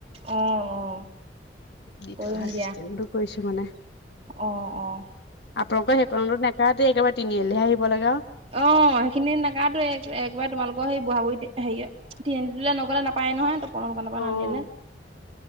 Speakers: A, on the right; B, on the left.
A: অ', অ',
B: দি
A: কৰিম
B: থৈ আহা
A: দিয়া
B: চিষ্টেমটো কৰিছোঁ মানে।
A: অ', অ'। অ',
B: আপোনালোকৰ সেইখনত নেকাতেই একেবাৰে তিনিআলিলেহে আহিব লাগে আৰু।
A: অ' সেইখিনিত নেকাতোৱে এক একেবাৰে তোমালোকৰ সেই বুঢ়া বু‌ঢ়ী হেৰীয়ে তিনিআলি টোলে নগলে নাপায়। নহয় তপনৰ দোকানৰ
B: আৰু
A: পৰা নানিলে।
B: অ